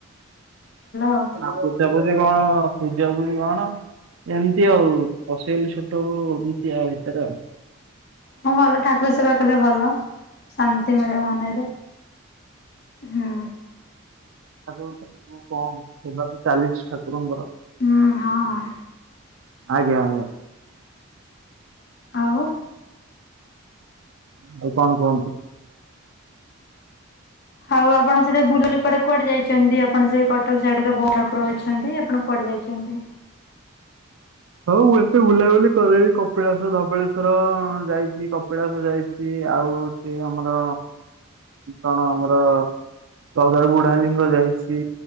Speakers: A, on the left; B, on the right.
A: ଆଉ
B: ପୂଜା ପୂଜି କଣ ପୂଜା ପୂଜି କଣ ଏମିତି ଆଉ ଫସେଇଲି ଛୋଟ ବେଳୁ ବିଦ୍ୟା ଆ ଭିତରେ ଆଉ
A: ହଁ ଭଲ ଠାକୁର ସେବା କଲେ ଭଲ ଶାନ୍ତି ମିଳେ ମନରେ। ହୁଁ।
B: ଆ ଆଗକୁ କଣ ହଉଚି ସେବା ତ ଚାଲିଛି ଠାକୁରଙ୍କର।
A: ହୁଁ ହଁ।
B: ଆଜ୍ଞା, ଆଜ୍ଞା।
A: ଆଉ।
B: ଆଉ କଣ କୁହନ୍ତୁ?
A: ଆଉ ଆପଣ ସେଠି ବୁଲୁଡେ କୁଆଡେ କୁଆଡେ ଯାଇଛନ୍ତି? ଆପଣ ସେ କଟକ ସାଇଡରେ ବହୁତ ଠାକୁର ଅଛି। ଅଛନ୍ତି। ଆପଣ କୁଆଡେ ଯାଇଛନ୍ତି?
B: ହଉ, ମୁଁ ଏତେ ବୁଲାବୁଲି କରେନି। କପିଳାସ, ଧବଳେଶ୍ଵର, ଯାଇଛି, କପିଳାସ ଯାଇଛି ଆଉ ସେ ଆମର କଣ ଆମର ଚୈଦାର ବୁଢାଲିଙ୍ଗ ଯାଇଛି।